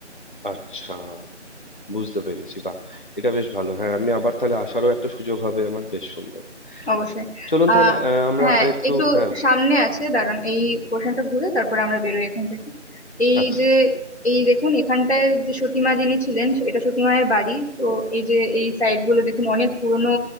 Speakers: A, on the left (about 45°); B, on the left (about 60°).
A: আচ্ছা বুঝতে পেরেছি বাহ এটা বেশ ভালো হ্যাঁ আমি আবার তাহলে আসারও একটা সুযোগ হবে আমার বেশ সুন্দর
B: অবশ্যই
A: চলুন তাহলে
B: আহ
A: আহ, আমরা
B: হ্যাঁ
A: আরেকটু
B: একটু
A: হ্যাঁ
B: সামনে আছে দাঁড়ান এই পোর্শনটা ঘুরে তারপরে আমরা বেরোই এখান থেকে এই
A: আচ্ছা
B: যে এই দেখুন এখানটায় যে সতীমা যিনি ছিলেন এটা সতীমায়ের বাড়ি তো এই যে এই সাইড গুলো দেখুন অনেক পুরনো